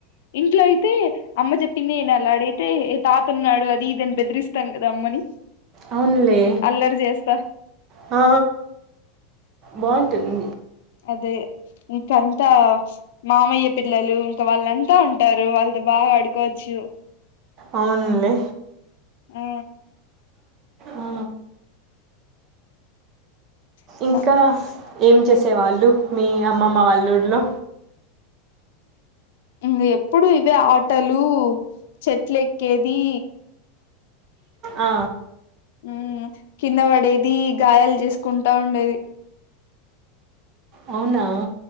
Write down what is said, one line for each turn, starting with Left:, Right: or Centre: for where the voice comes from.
Left: ఇంట్లో అయితే అమ్మ చెప్పిందే ఇనాలి ఆడైతే ఏ తాత ఉన్నాడు అది ఇదని బెదిరిస్తాం కదా అమ్మని
Right: అవునులే
Left: అల్లరి చేస్తాం
Right: ఆ బాగుంటుంది
Left: అదే ఇప్పుడంతా మామయ్య పిల్లలు ఇంక వాళ్ళంతా ఉంటారు వాళ్ళతో బాగా ఆడుకోవచ్చు
Right: అవునులే
Left: ఆ
Right: ఆ
Left: అట్లా
Right: ఇంకా ఏం చేసేవాళ్ళు మీ అమ్మమ్మ వాల్లూర్లో
Left: ఇంగ ఎప్పుడు ఇవే ఆటలు చెట్లు ఎక్కేది
Right: ఆ
Left: మ్మ్ కింద పడేది గాయాలు చేసుకుంటా ఉండేది
Right: అవునా